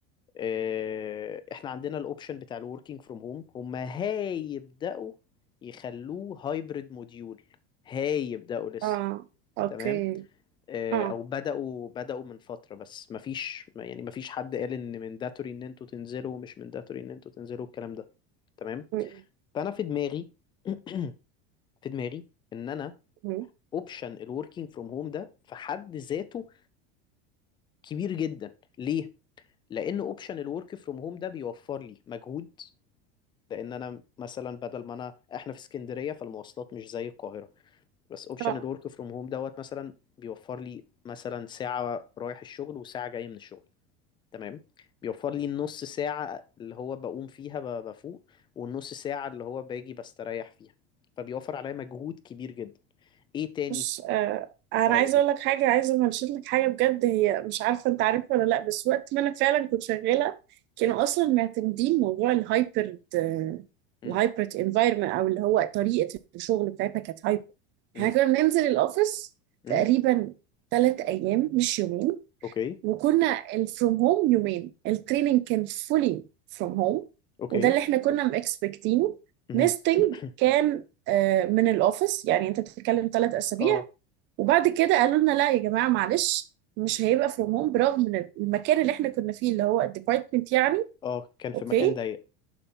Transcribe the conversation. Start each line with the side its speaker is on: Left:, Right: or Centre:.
Left: آه، احنا عندنا الاوبشن بتاع الوركينج فروم هوم هم هيبداوا يخلوه هايبرد موديول هيبداوا لسه
Right: آه أوكي
Left: تمام آه،
Right: آه
Left: او بداوا بداوا من فتره بس مفيش يعني مفيش حد قال ان منداتوري ان انتوا تنزلوا ومش منداتوري ان انتوا تنزلوا الكلام ده تمام
Right: مهم.
Left: فانا في دماغي <clears throat> في دماغي ان انا
Right: مهم.
Left: اوبشن الوركينج فروم هوم ده في حد ذاته كبير جدا ليه لان اوبشن الورك فروم هوم ده بيوفر لي مجهود لان انا مثلا بدل ما انا احنا في اسكندريه فالمواصلات مش زي القاهره بس اوبشن
Right: آه
Left: الورك فروم هوم دوت مثلا بيوفر لي مثلا ساعه رايح الشغل وساعه جاي من الشغل تمام بيوفر لي النص ساعه اللي هو بقوم فيها ب- بفوق والنص ساعه اللي هو باجي بستريح فيها فبيوفر عليا مجهود كبير جدا ايه تاني
Right: بص آه انا
Left: اه قولي
Right: عايزه اقول لك حاجه عايزه انشد لك حاجه بجد هي مش عارفه انت عارفها ولا لا بس وقت ما انا فعلا كنت شغاله كانوا اصلا معتمدين موضوع الهايبرد
Left: امم
Right: الهايبرد انفايرمنت او اللي هو طريقه الشغل بتاعتها كانت هايبرد
Left: امم
Right: احنا كنا بننزل الاوفيس
Left: امم
Right: تقريبا ثلاث ايام مش يومين
Left: اوكي
Right: وكنا الفروم هوم يومين التريننج كان فولي فروم هوم
Left: اوكي
Right: وده اللي احنا كنا مكسبكتينه
Left: مهم.
Right: نستنج
Left: <coughs>
Right: كان آه، من الاوفيس يعني انت بتتكلم ثلاث اسابيع
Left: اه
Right: وبعد كده قالوا لنا لا يا جماعه معلش مش هيبقى فروم هوم برغم ان المكان اللي احنا كنا فيه اللي هو الديبارتمنت يعني
Left: اه كان في
Right: اوكي
Left: مكان ضيق